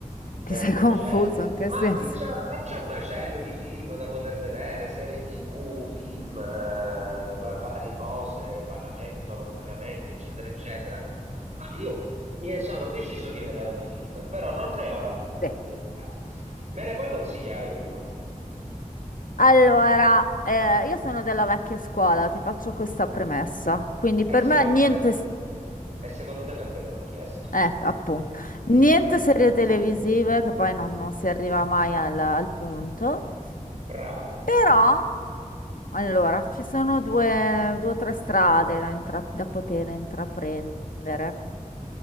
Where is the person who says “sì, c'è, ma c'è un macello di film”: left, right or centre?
Right